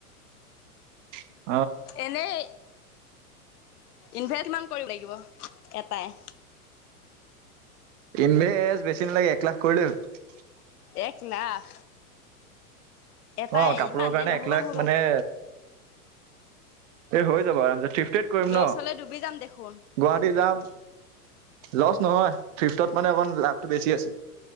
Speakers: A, on the right; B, on the left.
A: <unintelligible>
B: এনেই ইনভেষ্ট মান কৰিব লাগিব এটাই
A: ইনভেষ্ঠ বেছি নালাগে এক লাখ কৰিলেও হ
B: এক লাখ এটাই
A: অ কাপোৰৰ
B: ইমানেই
A: কাৰণে
B: নহ'ব
A: এক লাখ
B: নহ'ব।
A: মানে এ হৈ যাব আৰামচে টিফ ট্ৰেট কৰিম
B: লছ
A: ন
B: হ'লে ডুবি যাম দেখোন
A: গুৱাহাটী যাম লজ নহয় ফিফতত মানে অকণ লাভটো বেছি আছে